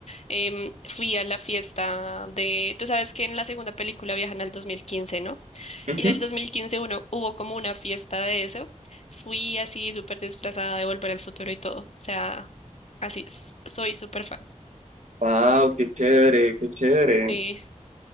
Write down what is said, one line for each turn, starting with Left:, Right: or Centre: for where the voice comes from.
Left: em, fui a la fiesta de, tú sabes que en la segunda película viajan al 2015, ¿no?
Right: ujú.
Left: Y en el 2015 uno, hubo como una fiesta de eso. Fui así súper disfrazada de Volver al Futuro y todo. O sea, así, s- soy súper fan.
Right: Wow, qué chévere, qué chévere.
Left: Sí,